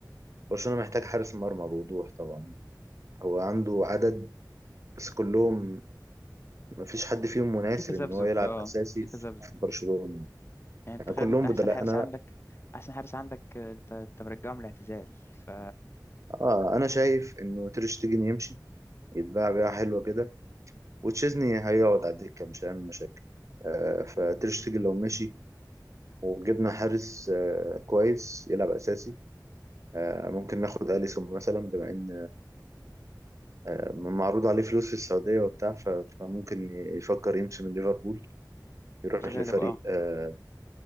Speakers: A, on the right; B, on the left.
A: برشلونة محتاج حارس مرمى بوضوح طبعا هو عنده عدد بس كلهم ما فيش حد فيهم مناسب
B: في تذبذب
A: ان هو يلعب
B: اه
A: اساسي
B: في
A: في
B: تذبذب
A: في برشلونة
B: يعني أنت
A: يعني
B: تخيل
A: كلهم
B: انت احسن
A: بدلاء
B: حارس
A: انا
B: عندك احسن حارس عندك آه، انت انت مرجعه من الاعتزال ف-
A: اه انا شايف انه تير شتيجن يمشي يتباع بيعه حلوه كده وتشيزني هيقعد على الدكه مش هيعمل مشاكل آه فتير شتيجن لو مشي وجبنا حارس آه كويس يلعب اساسي آه ممكن ناخد اليسون مثلا بما ان آه معروض عليه فلوس في السعوديه وبتاع ف- فممكن يفكر يمشي من ليفربول يروح
B: في الغالب
A: لفريق
B: اه
A: آه